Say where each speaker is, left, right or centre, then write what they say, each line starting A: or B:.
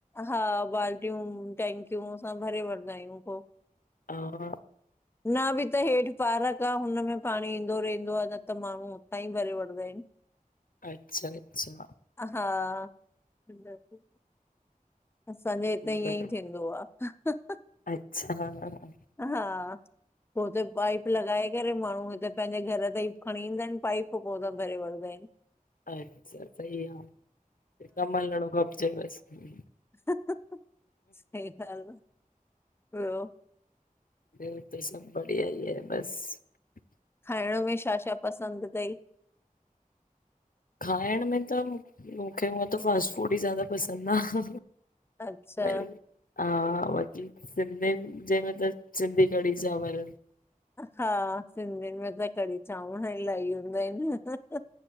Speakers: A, on the left; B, on the left.
A: हा बाल्टियूं, टेंकियूं सभु भरे वठंदा अयूं पो।
B: हा
A: <inaudible> न बि त हेठि पारक आह हुन में पाणी ईंदो रयंदो आह न त माण्हू तां ई भरे वठंदा अनि। <inaudible>
B: अच्छा अच्छ्
A: आ हा <unintelligible> असांजे हिते
B: ब-
A: ईअं ई थींदो आह। हंहंहं!
B: अच्छा ह ह ह
A: हा पो उते पाइप लॻाए करे माण्हू हिते पंहिंजे घर त ई खणी ईंदा आहिनि, पाइप पो उता भरे वठंदा आहिनि।
B: अच्छा सही आह कमु हलिणो खपजे बसि।
A: हंहंहं सही ॻाल्हि आ ॿियो
B: ॿियो हिते सभु बढ़िया ई बसि
A: खाइण में छा-छा पसंदि अथई?
B: खाइण में त मूं मूंखे हुअं त फास्ट फूड ई ज़्यादा पसंदि आह।
A: अच्छा
B: व <unintelligible> हा बाक़ी सिंधिनि जे में त सिंधी कढ़ी चांवर आहिनि।
A: हा, सिंधिनि में त कढ़ी चांवर इलाही हूंदा आहिनि।